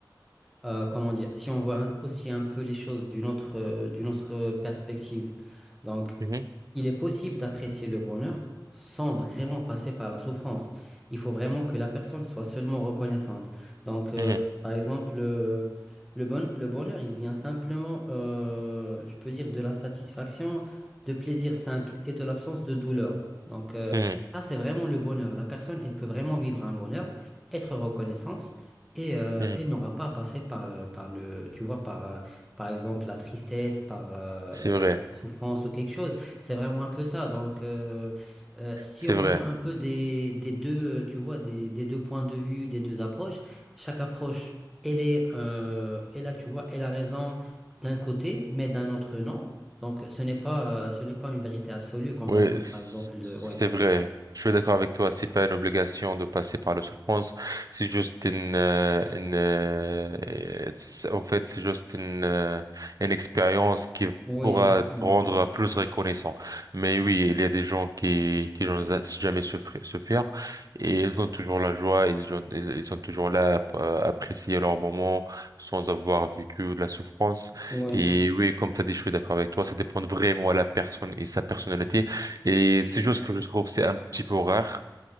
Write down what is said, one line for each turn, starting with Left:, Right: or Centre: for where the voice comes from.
Centre: euh, comment dire, si on voit un- aussi un peu les choses d'une autre, euh, d'une autre perspective. Donc,
Right: mhm,
Centre: il est possible d'apprécier le bonheur sans vraiment passer par la souffrance. Il faut vraiment que la personne soit seulement reconnaissante. Donc, euh,
Right: mhm,
Centre: par exemple, euh, le bon- le bonheur, il vient simplement, euh, je peux dire, de la satisfaction, de plaisir simple et de l'absence de douleur. Donc, euh,
Right: mhm,
Centre: ça, c'est vraiment le bonheur. La personne, elle peut vraiment vivre un bonheur, être reconnaissante. Et euh,
Right: mhm.
Centre: elle
Right: mhm.
Centre: n'aura pas à passer par, euh, par le, tu vois, par, euh, par exemple, la tristesse, par euh,
Right: C'est
Centre: la
Right: vrai,
Centre: souffrance ou quelque chose. C'est vraiment un peu ça. Donc, euh, euh, si
Right: c'est
Centre: on
Right: vrai.
Centre: voit un peu des, des deux, euh, tu vois, des, des deux points de vue, des deux approches, chaque approche, elle est, euh, elle là tu vois, elle a raison d'un côté, mais d'un autre non. Donc, ce n'est pas, euh, ce n'est pas une vérité absolue quand
Right: Oui,
Centre: on parle,
Right: c-
Centre: par exemple, de...
Right: c'est
Centre: Ouais.
Right: vrai. Je suis d'accord avec toi. C'est pas une obligation de passer par la souffrance. C'est juste une, euh, une, euh, c'est- en fait, c'est juste une, euh, une expérience qui
Centre: Oui,
Right: pourra
Centre: effectivement.
Right: te rendre plus reconnaissant. Mais oui, il y a des gens qui, qui n'ont ja-, jamais souffri- souffert et ils ont toujours la joie. Ils ont, ils ils sont toujours là à apprécier leur moment sans avoir vécu de la souffrance.
Centre: Ouais,
Right: Et oui, comme tu as dit, je suis d'accord avec toi. Ça dépend vraiment à la personne et sa personnalité. Et c'est juste que je trouve c'est un petit peu rare